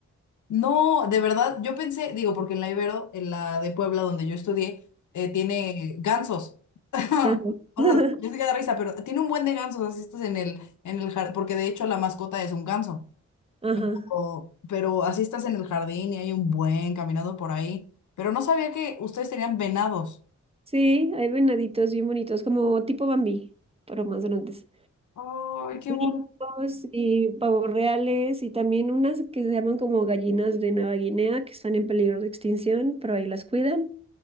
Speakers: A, on the left (about 85°); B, on the right (about 20°).
A: No, de verdad, yo pensé, digo, porque en la Ibero, en la de Puebla donde yo estudié, eh, tiene gansos. <laughs>
B: Ajá.
A: O
B: <laughs>
A: sea, yo sé que da risa, pero tiene un buen de gansos, así estás en el, en el jardín, porque de hecho la mascota es un ganso.
B: Ajá.
A: Pero, pero así estás en el jardín y hay un buen caminado por ahí. Pero no sabía que ustedes tenían venados.
B: Sí, hay venaditos bien bonitos, como tipo Bambi, pero más grandes.
A: Ay, qué
B: Ricos
A: bonito.
B: y pavos reales y también unas que se llaman como gallinas de Nueva Guinea que están en peligro de extinción, pero ahí las cuidan,